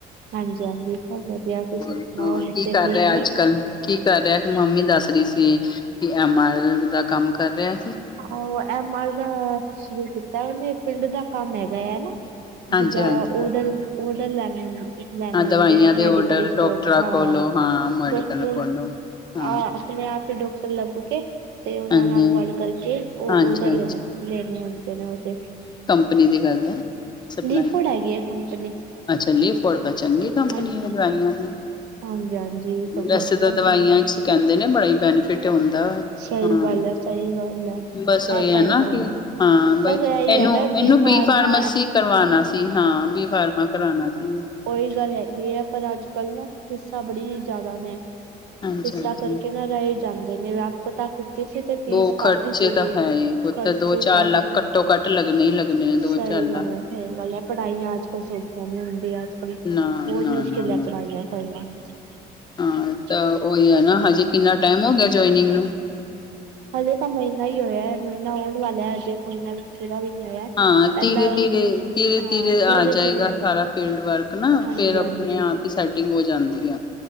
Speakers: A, on the right; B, on the left.
A: ਹਾਂਜੀ- ਹਾਂਜੀ, ਸਭ ਵਧੀਆ, ਤੁਸੀਂ
B: ਹੋਰ
A: ਸੁਣਾਓ
B: ਹੋਰ
A: ਬੱਚੇ
B: ਕੀ ਕਰ
A: ਠੀਕ
B: ਰਿਹਾ
A: ਨੇ?
B: ਅੱਜ ਕੱਲ ਕੀ ਕਰ ਰਿਹਾ? ਮੰਮੀ ਦੱਸ ਰਹੀ ਸੀ। ਕਿ ਐਮ ਆਰ, ਦਾ ਕੰਮ ਕਰ ਰਿਹਾ।
A: ਆਹੋ। ਐਮ ਆਰ, ਦਾ ਸ਼ੁਰੂ ਕੀਤਾ, ਏਹਨੇ ਫੀਲਡ ਦਾ ਕੰਮ ਹੈਗਾ ਹੈ।
B: ਹਾਂਜੀ
A: ਜਿੱਦਾਂ
B: ਹਾਂਜੀ
A: ਓਡਲ ਓਡਲ ਲੈਣੇ ਹ ਲੈਣੇ
B: ਹਾਂ ਦਵਾਈਆਂ
A: ਹੁੰਦੇ
B: ਦੇ
A: ਮੈਡੀਕਲ
B: ਔਡਰ
A: ਸਟੋਰ
B: ਡਾਕਟਰਾਂ
A: ਤੋਂ ਹਾਂ
B: ਕੋਲੋਂ ਹਾਂ ਮੈਡੀਕਲ
A: ਡਾਕਟਰ
B: ਕੋਲੋਂ ਹਾਂ
A: ਆਪਣੇ ਆਪ ਹੀ ਡਾਕਟਰ ਲੱਭ ਕੇ ਤੇ ਉਹਨਾਂ
B: ਹਾਂਜੀ
A: ਨਾਲ ਗੱਲ ਕਰਕੇ ਉਹ
B: ਹਾਂਜੀ
A: ਉਧਰ
B: ਹਾਂਜੀ
A: ਲੈਣੇ ਲੈਣੇ ਹਉਦੇ ਨੇ ਉਹਦੇ
B: ਨੀ ਦੀ ਗੱਲਦਾ ਹੈ ਸਪਲਾਈ,
A: ਲੀਫਵੁਡ ਹੈਗੀ ਹੈ ਕੰਪਨੀ
B: ਅੱਛਾ ਲੀਪੜ ਤਾਂ ਚੰਗੀ ਕੰਪਨੀ
A: ਹਾਂਜੀ
B: ਨੇ ਦਵਾਈਆਂ ਦੀ
A: ਹਾਂਜੀ ਹਾਂਜੀ
B: ਵੈਸੇ ਤਾਂ
A: ਕੰਪਨੀ
B: ਦਵਾਈਆਂ ਚ ਕਹਿੰਦੇ ਨੇ ਬੜਾ ਹੀ ਬੈਨੀਫਿਟ ਹੁੰਦਾ
A: ਸਹੀ
B: ਹਾਂ
A: ਗੱਲ ਹੈ ਸਹੀ ਗੱਲ ਹੈ ਇਹ
B: ਬਸ ਉਹੀ
A: ਤਾਂ
B: ਹੈ ਨਾ
A: ਹੈਗਾ
B: ਕਿ ਹਾਂ ਬਸ
A: ਇਹੀ
B: ਇਹਨੂੰ
A: ਹੈਗਾ
B: ਇਹਨੂੰ
A: ਫਾਰਮਾ
B: ਬੀ ਫਾਰਮਾਸੀ ਕਰਵਾਣਾ ਸੀ, ਹਾਂ ਬੀ ਫਾਰਮਾ ਕਰਵਾਉਣਾ ਸੀ
A: ਉਹੀ ਗੱਲ ਹੈਗੀ ਹੈ ਪਰ ਅੱਜ ਕੱਲ੍ਹ ਨਾ ਹਿੱਸਾ ਬੜੀ ਜ਼ਿਆਦਾ ਨੇ
B: ਹਾਂਜੀ-ਹਾਂਜੀ।
A: ਹਿੱਸਾ ਕਰਕੇ ਰਾਹੀਂ ਜਾਂਦੇ ਨੇ ਵੀ ਆਪਤਾੱਕਤੇ ਸੀ ਫੀਸ
B: ਬਹੁ ਖਰਚੇ
A: ਕਾਫ਼ੀ ਸੀਗੀ,
B: ਤਾਂ ਹੈ ਹੀ ਪੁੱਤ
A: ਖਰਚੇ
B: ਦੋ ਚਾਰ
A: ਕਾਫੀ
B: ਲੱਖ
A: ਹੈ,
B: ਘੱਟੋ ਘੱਟ ਲੱਗਣੇ ਹੀ ਲੱਗਣੇ ਨੇ ਦੋ
A: ਸਹੀ
B: ਚਾਰ ਲੱਖ।
A: ਗੱਲ ਹੈ ਹ ਗੱਲ ਪੜਾਈਆਂ ਅੱਜ ਕੱਲ ਸੌਖੀਆਂ ਨੀ ਹੁੰਦੀਆਂ, ਅੱਜਕਲ
B: ਨਾ-ਨਾ-ਨਾ-ਨਾ,
A: ਬਹੁਤ ਮੁਸ਼ਕਿਲ ਹੈ ਪੜ੍ਹਾਈਆਂ ਕਰਨਾ। ਆ
B: ਹਾਂ-ਹਾਂ ਤਾਂ ਉਹੀ ਹੈ ਨਾ ਹਜੇ ਕਿੰਨਾ ਟਾਈਮ ਹੋ ਗਿਆ ਜੁਆਇਨਿੰਗ ਨੂੰ
A: ਹਲੇੇ ਤਾਂ ਮਹੀਨਾ ਹੀ ਹੋਇਆ ਹੈ ਮਹੀਨਾ ਹੋਣ ਵਾਲਾ ਹੈ ਹਜੇ ਮਹੀਨਾ ਵੀ ਪੂਰਾ ਨਹੀਂ ਹੋਇਆ।
B: ਹਾਂ
A: ਪਹਿਲਾਂ
B: ਧੀਰੇ -ਧੀਰੇ,
A: ਉਦ
B: ਧੀਰੇ
A: ਹਾਂ
B: -ਧੀਰੇ ਆ ਜਾਏਗਾ
A: ਧੀਰੇ
B: ਸਾਰਾ ਫੀਲਡ ਵਰਕ ਨਾ
A: ਹਾਂਜੀ
B: ਫੇਰ
A: ਹਾਂਜੀ
B: ਆਪਣੇ ਆਪ ਹੀ ਸੈਟਿੰਗ ਹੋ ਜਾਂਦੀ ਆ